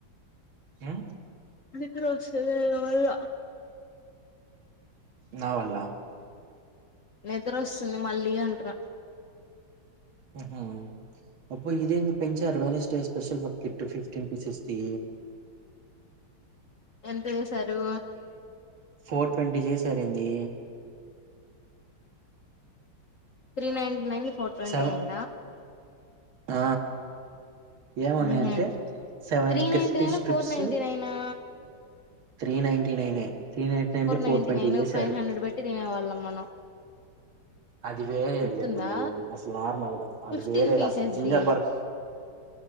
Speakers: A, on the right (about 80°); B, on the left (about 45°).
A: ఉ
B: ద్రస్థలేదు మల్ల
A: నావల్ల
B: నిద్ర వస్తుంది మళ్ళీ అంటున్నా
A: ఉహు అబ్బో గిదేంది పెంచారు <unintelligible> స్పెషల్ బకెట్ ఫిఫ్టీన్ పీసెస్ తీ
B: ఎంత చేసారు
A: ఫోర్ ట్వంటీ చేసారేంది
B: three ninety nine four twenty
A: seven
B: అయింద
A: ఆ ఏమున్నాయంటే
B: ఊహు
A: seven
B: three
A: crispy
B: ninety nine
A: strips
B: for ninety నైనా
A: three ninety నైనే three ninety నైడి four
B: ninety
A: twenty
B: nine
A: చేసారు
B: five హండ్రెడ్ పెట్టి తినేవాళ్ళం మనం
A: అది వేరేది
B: గుర్తుందా
A: లే గురు అసలు నార్మల్గా అది
B: ఫిఫ్టీన్
A: వేరేది
B: pieces
A: అసలు ginger
B: the
A: బర్క్